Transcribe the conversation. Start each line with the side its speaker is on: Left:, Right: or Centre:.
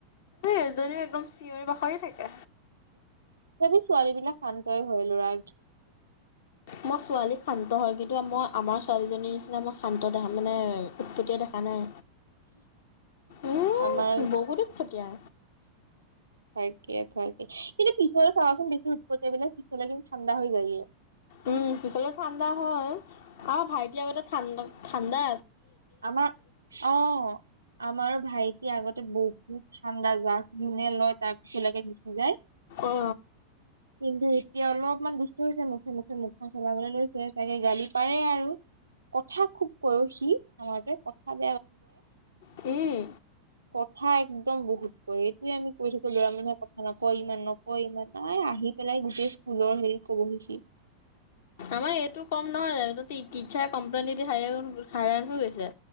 Left: এজনীও একদম চিঞৰি বাখৰি থাকে।
Right: তথাপি ছোৱালী বিলাক শান্তই হয় ল'ৰা।
Left: মোৰ ছোৱালী শান্ত হয় কিন্তু মই আমাৰ ছোৱালীজনীৰ নিচিনা মই শান্ত দেখা মানে উৎপতটিয়া দেখা নাই। উম
Right: আমাৰ
Left: বহুত উত পটিয়া।
Right: তাকে তাকে কিন্তু পিছলৈ চাৱাচোন বেছি উৎপটিয়া বিলোক পিছলৈ কিন্তু ঠাণ্ডা হৈ যায়।
Left: উম পিছলে ঠাণ্ডা হয়। আমাৰ ভাইটি আগতে ঠাণ্ডা ঠাণ্ডা।
Right: আমাৰ অহ আমাৰ ভাইটি আগতে বহু। বহুত ঠাণ্ডা জাক যুনে লয় তাক‌ একেলগে গুচি যায়।
Left: অ।
Right: কিন্তু। এতিয়া অলপমান দুষ্ট হৈছে মুখে মুখে মুখখন চলাবলৈ লৈছে তাকে গালি পাৰে আৰু। কথা খুব কয় অ' সি। নহয় ৰে‌ কথাত।
Left: হুম
Right: <unintelligible> ম‌ই বহুত ক‌য় এইটোয়ে আমি কৈ থাকো। লৰা মানুহে কথা নকয় ইমান নকয় ইমান নাই আহি পেলাই গোটেই স্কুলৰ হেৰি কব সি।
Left: আমাৰ এইটো কম নহয় জানো তাতে টীছাৰে কমপ্লেইন দি দি হাইৰান হৈ গৈছে।